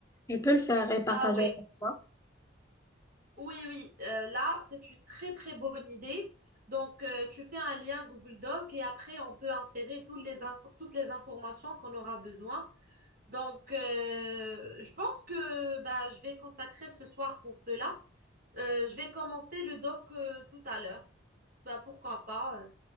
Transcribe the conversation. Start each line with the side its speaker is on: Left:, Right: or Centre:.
Left: Je peux le faire et partager
Right: Ah ouais,
Left: avec toi.
Right: Oui, oui, euh, là, c'est une très très bonne idée. Donc, euh, tu fais un lien Google Doc et après, on peut insérer toutes les infos- toutes les informations qu'on aura besoin. Donc, euh, je pense que bah, je vais consacrer ce soir pour cela. Euh, je vais commencer le doc euh, tout à l'heure. Bah, pourquoi pas? euh.